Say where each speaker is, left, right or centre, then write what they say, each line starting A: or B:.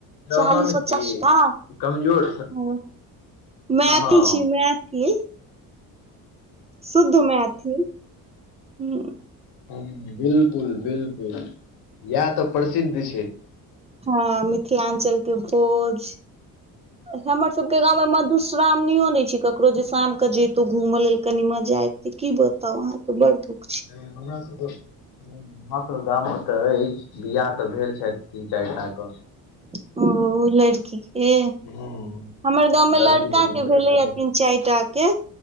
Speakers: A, on the left (about 70°); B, on the right (about 15°).
A: तहन
B: चालीस-पचास
A: की
B: टा
A: कमजोर
B: हां। मैथिल
A: हँ
B: छी, मैथिल। शुद्ध मैथिल हूं।
A: ह्म बिल्कुल-बिल्कुल यएह तेय प्रसिद्ध छै।
B: हां मिथिलांचल के भोज, हमर सबके गाँव मे मधुस् श्रावणियो नै छै ककरो जे शाम के जैतो घूमय लेल कनी मजा आबितै की बताउ अहाँ के बड़ दुख
A: हे हमरा सबके हूॅं हमरा त गाम मे तऽ अछि बियाह तऽ भेल छथि तीन-चारि टा के
B: उ लड़की के
A: हूँ
B: हमर
A: लड़की
B: गाँव मे लड़का के
A: तीन चारि
B: भेलैया
A: टा
B: तीन चारि टा के